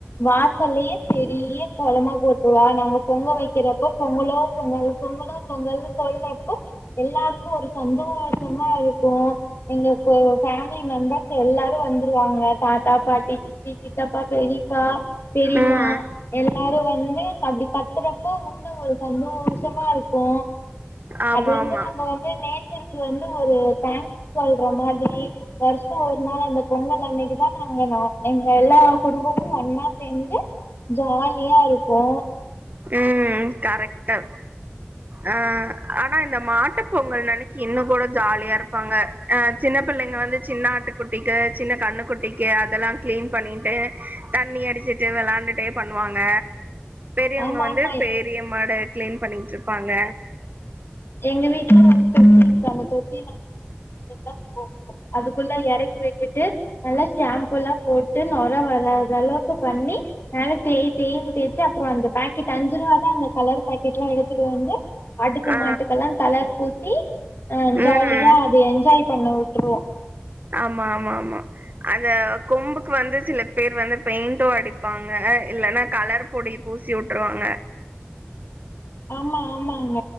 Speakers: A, on the left (about 75°); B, on the right (about 50°).
A: வாசல்லயே பெரிய கோலமா போட் அவா நாங்க பொங்க வக்கிறப்போ பொங்கலோ பொங்கல் பொங்கலோ பொங்கல்னு சொல்றப்போ எல்லாருக்கு ஒரு சந்தோஷமா இருக்கு எங்க கு ஃபேமிலி மெம்பர்ஸ் எல்லாரு வந்துருவாங்க தாத்தா பாட்டி சித்தி சித்தப்பா பெரி பா பெரியிமா
B: ம்
A: எல்லாரு வந்து அப்டி கத்துறப்ப உன் அது ஒரு சந்தோஷமா இருக்கு
B: ஆமா
A: அது வந்து
B: ஆமா.
A: நம்ம வந்து நேச்சர் இன்னைக்கி வந்து அவரு தேங்க்ஸ் சொல்ற மாதிரி வர்ஷோ ஒரு நாள் அந்த பொங்கல் அன்னைக்கு தா நாங்க நா எங்க எல்லார் குடும்பமு மு ஒன்னா சேந்து ஜாலியா இருபோ
B: ம்ம் கரெக்டு அ ஆனா இந்த மாட்டு பொங்கல் நனைக்கி இன்னு கூட ஜாலியா இருப்பாங்க அ சின்ன பிள்ளைங்க வந்து சின்ன ஆட்டு குட்டிக்கு சின்ன கண்ணு குட்டிக்கு அதெல்லா க்ளீன் பண்ணிட்டு தண்ணி அடிச்சிட்டே விளாண்டுட்டே பண்ணுவாங்க பெரியவங்க
A: ஆமா
B: வந்து
A: ஆமா
B: பெரிய மாட க்ளீன் பண்ணிக்டுருப்பாங்க
A: எங்க வீட்டல ஒரு தொட்டி இருக்கு அந்த தொட்டில மில்லா போ அதுக்குள்ள எறக்கி வச்சிட்டு நல்லா ஷேம்புல்லாப் போட்டு நொர வராத ளவுக்கு பண்ணி மேல தேய் தேய்ன்னு தேச்சு அப்ரோ அந்த பேக்கெட் அஞ்சு ரூவா தா அந்த கலர் பேக்கெட் எல்லா எடுத்துட்டு வந்து ஆட்டுக்கு
B: ஆ.
A: மாட்டுக்கெல்லா கலர் பூசி அ ஜாலியா
B: ம்.
A: அது என்ஜாய் பண்ண உட்டுருவோ
B: ஆமா ஆமா ஆமா அந்த கொம்புக்கு வந்து சில பேர் வந்து பெயிண்ட்டு அடிப்பாங்க இல்லன்னா கலர் பொடி பூசி வுட்டுருவாங்க
A: ஆமா ஆமாங்க